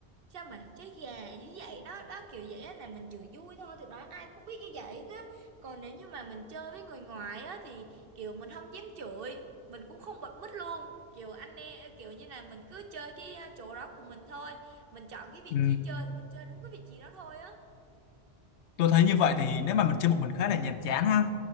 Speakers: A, on the right (about 55°); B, on the left (about 80°).
A: sao mà chơi gà như vậy đó đó kiểu vậy á là mình chửi vui thôi tụi nó ai cũng biết như vậy đó còn nếu như mà mình chơi với người ngoài á thì kiểu mình không dám chửi mình cũng không bật mít luôn kiểu anh em kiểu như là mình cứ chơi cái ờ, chỗ đó của mình thôi mình chọn cái vị
B: ừ.
A: trí chơi thì mình chơi đúng cái vị trí đó thôi á
B: tôi thấy như vậy thì nếu mà mình chơi một mình khá là nhàm chán ha